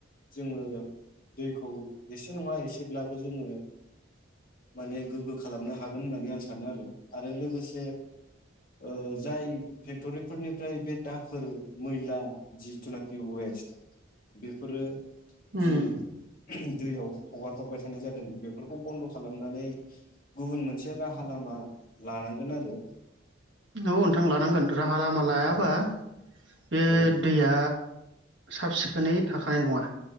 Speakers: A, on the left; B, on the right.
A: जोङो दैखौ एसे नङा एसेब्लाबो जोङो माने गोग्गो खालामनो हा गोन होननानै आं सानो आरो आरो लोगो जे ओ जाय फेक्टरि फोरनि फ्राय बे दाखोर मैला जिथुनाखि वेस्ट बेफोरो
B: उम
A: जि <unintelligible> दैयाव हगार हरबाय थानाय जादों बेफोरखौ बन्द' खालामनानै गुबुन मोनसे राहा लामा लानांगोन आरो
B: नंगौ नोंथां लानांगोन राहा लामा लायाबा
A: औ
B: बे
A: औ
B: दैया साब सिखोनै थाखानाय नङा